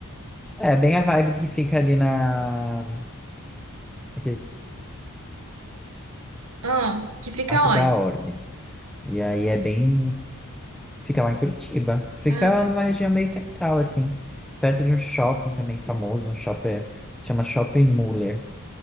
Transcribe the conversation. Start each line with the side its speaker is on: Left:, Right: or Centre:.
Centre: É bem a vibe que fica ali na naquele
Right: Ah, que fica
Centre: Arco
Right: onde?
Centre: da Ordem. E aí é bem. Fica lá em Curitiba. Fica
Right: Ah, tá.
Centre: numa região meio central, assim. Perto de um shopping também famoso, um shopper. Se chama Shopping Muller.